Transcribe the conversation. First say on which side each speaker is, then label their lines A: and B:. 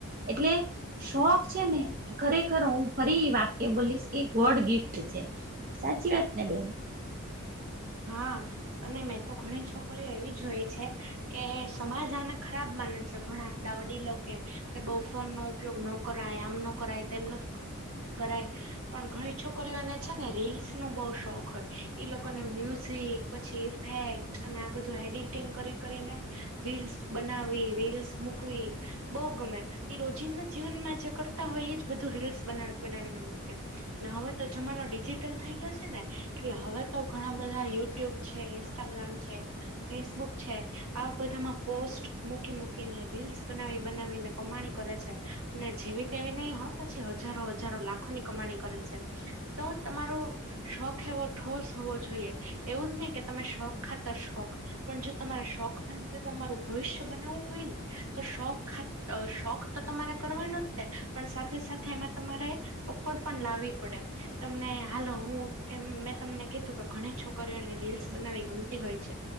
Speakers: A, on the right; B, on the right.
A: એટલે શોખ છે ને ખરેખર હું ફરી ઈ વાત એ બોલીસ કે ગોડ ગિફ્ટ છે. સાચી વાત ને બેન?
B: હા અને મેં તો ઘણી છોકરીઓ એવી જોઈ છે કે સમાજ આને ખરાબ માને છે ઘણા વડીલો કે બહુ ફોનનો ઉપયોગ ન કરાય આમ ન કરાય તેમનો કરાય પણ ઘણી છોકરીઓને છે ને રીલ્સનો બહ શોખ હોય લોકોને મ્યુઝિક પછી ઇફેક્ટ અને આ બધું એડિટિંગ કરી કરીને રીલ્સ બનાવી રીલ્સ મુકવી. બહુ ગમે એ રોજીિંદના જીવનમાં જે કરતા હોય એ જ બધું રીલ્સ બના બનાવીને મૂકે. ને હવે તો જમાનો ડિજિટલ થઈ ગયો છે, ને એટલે હવે તો ઘણા બધા યુટ્યુબ છે ઇન્સ્ટાગ્રામ છે. ફેસબુક છે. આવા બધામાં પોસ્ટ મૂકી મૂકીને રીલ્સ બનાવી બનાવીને. કમાણી કરે છે. જેવી તેવી નહીં હો પછી હજારો હજારો લાખોની કમાણી કરે છે. તો તમારું શોખ એવો ઠોસ હોવો જોઈએ. એવું જ નહી કે તમે શોખ ખાતર શોખ પણ જો તમારે શોખ ખ તમારું ભવિષ્ય બનાવવું હોય ને તો શોખ ખાત અ શોખ તો તમારે કરવાનો તે પણ સાથે સાથે એમાં તમારે પકડ પણ લાવવી પડે તમને હાલો હું એ મેં તમને કી કે ઘણી છોકરીઓને રીલ્સ બનાવી ગમતી હોય છે